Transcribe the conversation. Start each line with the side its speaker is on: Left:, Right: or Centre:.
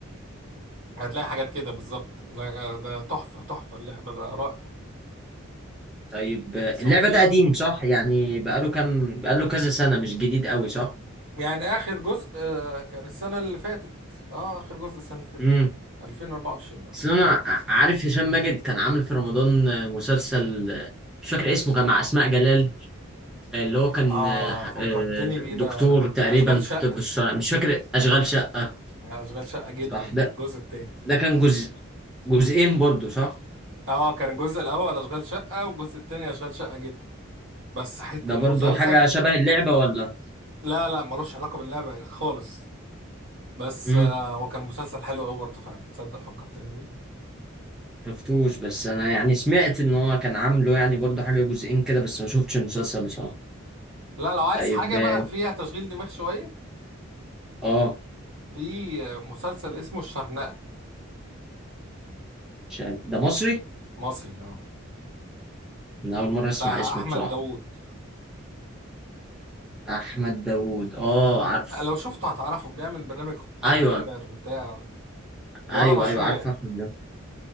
Right: هتلاقي حاجات كده بالظبط لا، آه، ده تحفة تحفة اللعبة ده رائع
Centre: طيب اللعبة
Right: بس وفي
Centre: ده قديم صح يعني بقاله كام بقاله كذا سنة مش جديد قوي صح
Right: يعني آخر جزء آه، كان السنة اللي فاتت اه آخر جزء السنة اللي فاتت
Centre: امم
Right: 2024 اه
Centre: بس انا ع- عارف هشام ماجد كان عامل في رمضان آه، مسلسل آه، مش فاكر اسمه كان مع أسماء جلال آه، اللي هو كان
Right: اه
Centre: آه، ح-
Right: فكرتني
Centre: آه،
Right: بيه
Centre: دكتور
Right: ده
Centre: تقريبا
Right: أشغال شقة
Centre: في الطب الشرعي مش فاكر أشغال شقة
Right: أشغال شقة جدا
Centre: صح ده
Right: ده الجزء التاني
Centre: ده كان جزء جزئين برضو صح
Right: اه كان الجزء الأول أشغال شقة والجزء التاني أشغال شقة جدا بس حتة
Centre: ده برضو
Right: المسلسل
Centre: حاجة شبه اللعبة ولا
Right: لا لا ملوش علاقة باللعبة خالص بس
Centre: امم
Right: آه هو كان مسلسل حلو أوي برضه فعلا تصدق فكرتني بيه
Centre: شفتوش بس انا يعني سمعت ان هو كان عامله يعني برضو حاجة جزئين كده بس ما شفتش المسلسل بصراحة
Right: لا لو عايز
Centre: طيب
Right: حاجة
Centre: اه
Right: بقى فيها تشغيل دماغ شوية
Centre: آه.
Right: في آه، مسلسل اسمه الشرنقة
Centre: مش عارف. ده مصري
Right: مصري اه
Centre: انا اول مره
Right: بتاع
Centre: اسمع اسمه
Right: أحمد
Centre: بصراحه
Right: داوود
Centre: احمد داوود اه عارف
Right: لو شفته هتعرفه بيعمل برنامج كونتينر
Centre: ايوه
Right: وبتاع اللي
Centre: ايوه
Right: ولا مشهور
Centre: ايوه عارف
Right: يعني
Centre: احمد داوود